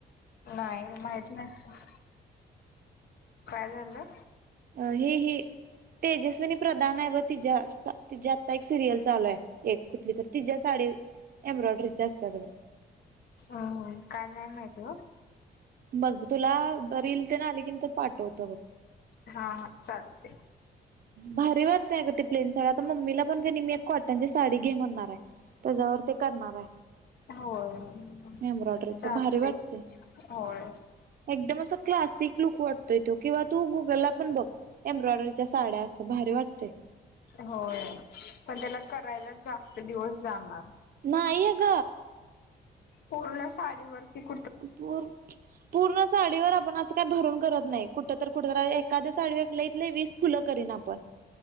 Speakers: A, on the left (about 70°); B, on the right (about 60°).
A: नाही माहित नसत काय झालं
B: अ हे हे तेजस्विनी प्रधान आहे ब ति ति आत्ता एक सिरियल चालूय एक कुठली तर तिच्या्या साडी एब्रॉयडरी जास्त अव
A: हम काय नाही माहिती
B: मग तुला रीलील ते ना आली की तर पाठवत बघ
A: हा हा चालते.
B: भारी वाटतेय का ती प्लेन साडी आता मम्मीला पण का नाही मी एक कॉटन ची साडी घे म्हणणार आहे त्याच्यावर ते करणार आहे
A: होय
B: एम्ब्रॉयडरीच
A: चालते
B: भारी वाटते
A: होय
B: एकदम अस क्लासिक लुक वाटतोय तो किंवा तू गुगलला पण बघ एम्ब्रॉयडरीच्या साड्या असं भारी वाटते
A: होय पण त्याला करायला जास्त दिवस जाणार
B: नाय हग
A: पूर्ण साडीवरतीठ
B: प पूर्ण साडीवर आपण असं काही भरून करत नाही कुठ तर कुठ एखादे साडक लईित वीस फुलं कर ना आपण